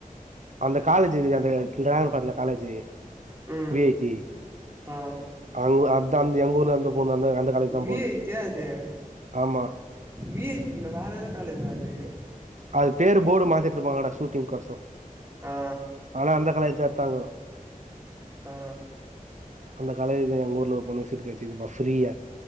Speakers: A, on the right (about 55°); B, on the right (about 15°).
A: அந்த காலேஜ் இக்குது அந்த டிராகன் படத்துல காலேஜு
B: ம்
A: வி ஐ டி
B: ஆ
A: அங் அதா எங்கூர்ல அந்த பொண்ணு அந்த அந்த காலேஜ்
B: வி
A: தான் போகுது
B: ஐ டி யா அது
A: ஆமா
B: வி ஐ டி இல்ல வேற எதோ காலேஜ்ரா அது
A: அது பேர் போர்டு மாத்திட்டு இருப்பாங்கடா ஷூட்டிங் கொசர
B: ஆ
A: ஆனா அந்த காலேஜ்ல்தா எடுத்தாங்கோ
B: ஆ
A: அந்த காலேஜுல எங்க ஊர்ல ஒரு பொண்ணுக்கு சீட் கெடச்ருக்குதுப்பா ஃப்ரியா